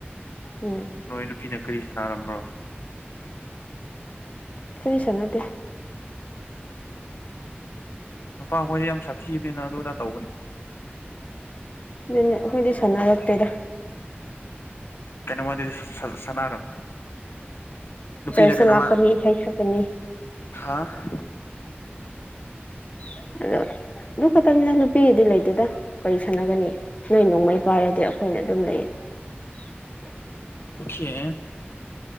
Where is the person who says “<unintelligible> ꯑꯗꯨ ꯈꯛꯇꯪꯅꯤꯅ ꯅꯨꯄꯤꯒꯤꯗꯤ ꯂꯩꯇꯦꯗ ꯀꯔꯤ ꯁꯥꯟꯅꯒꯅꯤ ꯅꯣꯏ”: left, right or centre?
Left